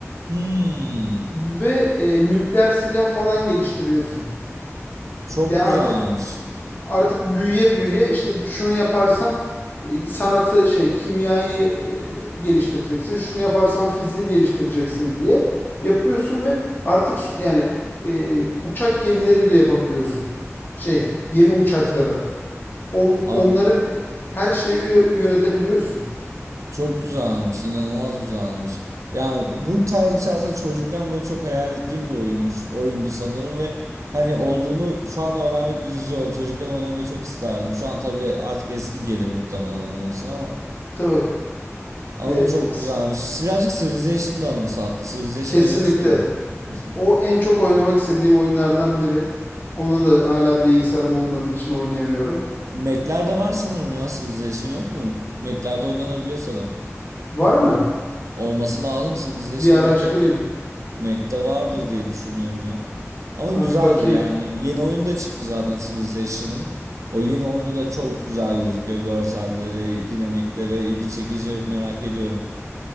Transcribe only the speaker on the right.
Hmm,
çok
güzelmiş.
<laughs>
A-
Çok güzelmiş, inanılmaz güzelmiş. Yani bu tarz bir şey aslında çocukken böyle çok hayal ettiğim bir oyunmuş, oyundu sanırım ve hani olduğunu şu an öğrenmek üzücü oldu. Çocukken oynamayı çok isterdim. Şu an tabii artık eski gelir muhtemelen oynamak için ama
ama
çok
güzelmiş. Birazcık Civilization'da anımsattı. Civilization
oynamış mıydın? <laughs>
Mac'lerde var sanırım ya Civilization yok mu? Mac'lerde oynanabiliyor sanırım.
Olması lazım Civilization
Mac'e Mac'te vardır diye düşünüyorum ya. Ama
güzeldi
yani. Yeni oyun da çıktı zaten Civilization'ın. O yeni oyunu da çok güzel gözüküyor. Görselleri, dinamikleri, ilgi çekici merak ediyorum.